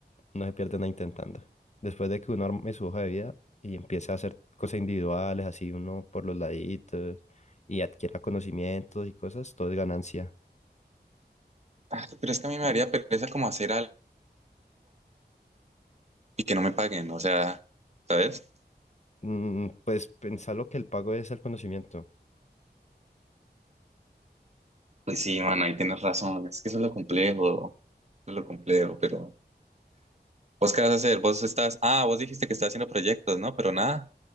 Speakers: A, on the left; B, on the right.
A: no se pierde nada intentando. Después de que uno arme su hoja de vida y empiece a hacer cosas individuales, así uno por los laditos y adquiera conocimientos y cosas, todo es ganancia.
B: Ah, Pero es que a mí me daría pereza como hacer algo y que no me paguen, o sea, ¿sabes?
A: Mm, pues pensar lo que el pago es el conocimiento
B: Pues sí, mano, ahí tienes razón. Es que eso es lo complejo, eso es lo complejo, pero ¿vos qué vas a hacer? Vos estás, ah, vos dijiste que estás haciendo proyectos, ¿no? Pero nada,